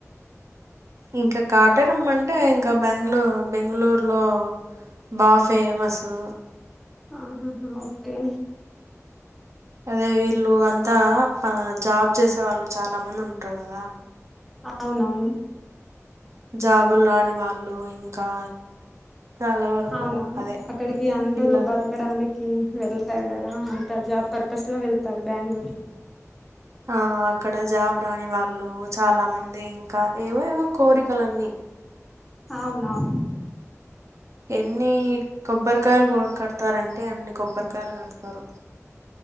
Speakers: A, on the right; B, in the centre.
A: ఇంకా కాటేర్ అమ్మ అంటే ఇంకా బ్యాగ్లో బెంగళూర్ లో బా ఫేమసు
B: ఆహాహా ఓకే
A: అదే వీళ్ళు అంతా పా జాబ్ చేసే వాళ్ళు చాలా మంది ఉంటరు కదా
B: అవునవును
A: జాబుల్ రాని వాళ్ళు ఇంకా చాలా వరకు
B: అవునవును
A: అదే
B: అక్కడికి అందరూ
A: పిల్ల
B: బతుక్ ఎక్కడానికి వెళ్తారు కదా అంత జాబ్ పర్పస్లో వెళ్తారు బ్యాంగ్ ళూర్
A: ఆ అక్కడ జాబ్ రాని వాళ్ళు చాలా మంది ఇంకా ఏవోవో కోరికలన్నీ
B: అవునవు
A: ఎన్ని కొబ్బరికాయలు కో కడతారంటే అన్ని కొబ్బరికాయలు కడతారు